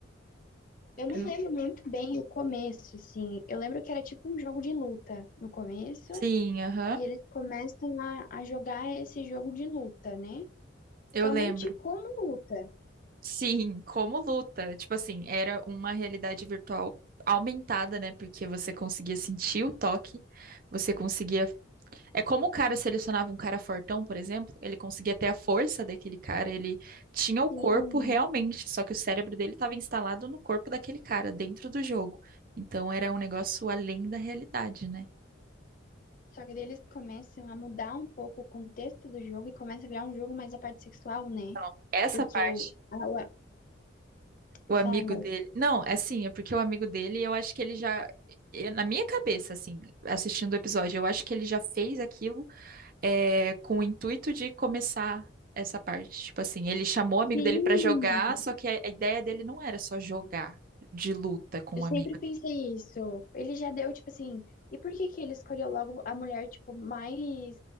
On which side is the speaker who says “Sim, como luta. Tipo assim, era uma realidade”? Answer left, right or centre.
Right